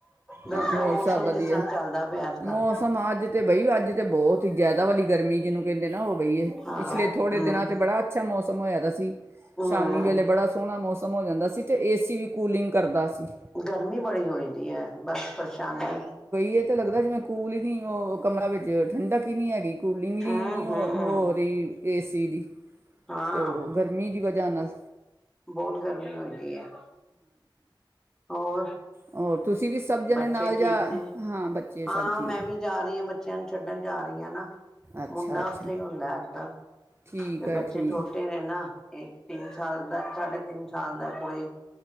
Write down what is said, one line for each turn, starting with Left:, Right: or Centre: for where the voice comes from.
Centre: ਦੱਸੋ
Right: ਹਾਂ ਹੋਰ
Centre: ਮੌਸਮ
Right: ਸਭ ਵਧੀਆ,
Centre: ਕਿਸ ਤਰ੍ਹਾਂ ਚੱਲਦਾ ਪਿਆ ਅੱਜ
Right: ਮੌਸਮ
Centre: ਕੱਲ
Right: ਅੱਜ ਤੇ ਬਈ ਅੱਜ ਤੇ ਬਹੁਤ ਹੀ ਜਿਆਦਾ ਵਾਲੀ ਗਰਮੀ ਜਿਹਨੂੰ ਕਹਿੰਦੇ ਨਾ ਹੋ ਗਈ ਏ,
Centre: ਹਾਂ
Right: ਪਿਛਲੇ ਥੋੜੇ
Centre: ਹਮ
Right: ਦਿਨਾਂ ਚ ਬੜਾ ਅੱਛਾ ਮੌਸਮ ਹੋਇਆ ਦਾ ਸੀ,
Centre: ਹਮ
Right: ਸ਼ਾਮੀ ਵੇਲੇ ਬੜਾ ਸੋਹਣਾ ਮੌਸਮ ਮ ਹੋ ਜਾਂਦਾ ਸੀ, ਤੇ ਏਸੀ ਵੀ ਕੂਲਿੰਗ ਕਰਦਾ ਸੀ।
Centre: ਗਰਮੀ ਬੜੀ ਹੋਈ ਦੀ ਹੈ। ਬਸ ਪਰੇਸ਼ਾਨੀ
Right: ਇਹ ਤਾਂ ਲੱਗਦਾ ਜਿਵੇ ਕੂਲ ਹੀ ਨਹੀਂ, ਉਹ ਕਮਰਾ ਵਿੱਚ ਠੰਡਕ ਹੀ ਨਹੀਂ ਹੈਗੀ। ਕੂਲਿੰਗ ਈ
Centre: ਹਮ
Right: ਇਨੀ ਨੀ ਹੋ,
Centre: ਹਮ
Right: ਹੋ ਰਹੀ ਏਸੀ ਦੀਦੀ।
Centre: ਹਾਂ
Right: ਤੇ ਔਰ ਗਰਮੀ ਦੀ ਵ ਧਿਆਨ ਨਾਲ
Centre: ਬਹੁਤ ਗਰਮੀ ਹੁੰਦੀ ਹੈ, ਹੋਰ
Right: ਹੋਰ ਤੁਸੀਂ ਵੀ ਸਭ ਜਣੇ
Centre: ਬੱਚੇ
Right: ਨਾਲ ਜਾ
Centre: ਠੀਕ ਨੇ,
Right: ਹਾਂ ਬੱਚੇ ਸਭ
Centre: ਹਾਂ
Right: ਠੀਕ
Centre: ਮੈਂ ਵੀ ਜਾ ਰਹੀ ਹਾਂ ਬੱਚਿਆਂ ਨੂੰ ਛੱਡਣ ਜਾ ਰਹੀ ਭਈਆ ਨਾ
Right: ਅੱਛਾ
Centre: ਮੁੰਡਾ
Right: ਅੱਛਾ
Centre: ਉੱਥੇ ਹੀ ਹੁੰਦਾ ਅੱਜ- ਕੱਲ
Right: ਠੀਕ
Centre: ਤੇ
Right: ਹੈ
Centre: ਬੱਚੇ
Right: ਠੀਕ
Centre: ਛੋਟੇ ਨੇ, ਨਾ। ਇੱਕ ਤਿੰਨ ਸਾਲ ਦਾ। ਸਾਢੇ ਤਿੰਨ ਸਾਲ ਦਾ, ਕੁੜੀ